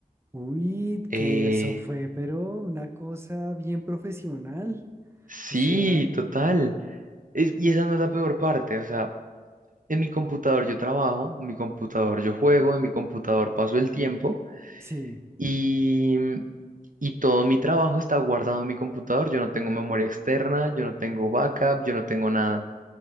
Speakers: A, on the right; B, on the right.
A: Uy,
B: Eh,
A: que eso fue, pero una cosa bien profesional.
B: sí,
A: O sea,
B: total. Es- y esa no es la peor parte, o sea, en mi computador yo trabajo, en mi computador yo juego, en mi computador paso el tiempo
A: sí.
B: y, y todo mi trabajo está guardado en mi computador, yo no tengo memoria externa, yo no tengo backup, yo no tengo nada.